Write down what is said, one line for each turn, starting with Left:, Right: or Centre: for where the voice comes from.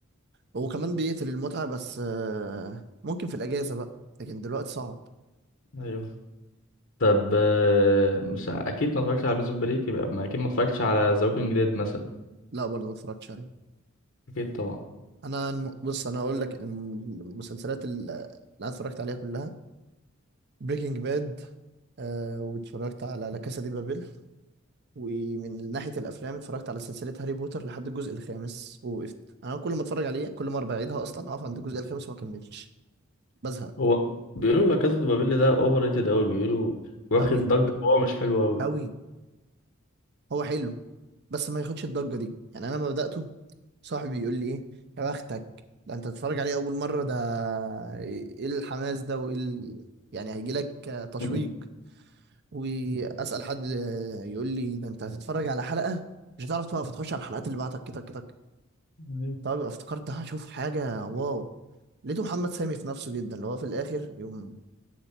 Right: وكمان بيقتل المتعة بس آه، ممكن في الأجازة بقى لكن دلوقتي صعب
Left: ايوه طب آه، مش ع- اكيد ما اتفرجتش على بريزون بريك يبقى ما اكيد ما اتفرجتش على ذا ووكينج ديد مثلا
Right: لا برضه ما اتفرجتش عليه
Left: اكيد طبعا
Right: أنا الم... بص أنا هقول لك الم- المسلسلات ال- اللي أنا اتفرجت عليها كلها بريكنج باد آه واتفرجت على لا كاسا دي بابيل ومن ناحية الأفلام اتفرجت على سلسلة هاري بوتر لحد الجزء الخامس ووقفت أنا كل ما اتفرج عليه كل مرة بعيدها أصلا أقف عند الجزء الخامس وما أكملش بزهق
Left: هو بيقولوا لا كازا دي بابيل ده اوفر ريتد قوي بيقولوا واخد
Right: أوي
Left: ضجه وهو مش حلو قوي
Right: أوي هو حلو بس ما ياخدش الضجة دي يعني أنا لما بدأته صاحبي يقول لي ايه يا بختك ده انت تتفرج عليه اول مره ده ايه الحماس ده وايه ال... يعني هيجي لك تشويق
Left: <laughs>
Right: واسال حد آه، يقول لي ده انت هتتفرج على حلقه مش هتعرف توقف تخش على الحلقات اللي بعدك كده كده
Left: أيوة.
Right: طب يبقى افتكرت هشوف حاجه واو لقيته محمد سامي في نفسه جدا اللي هو في الاخر يقوم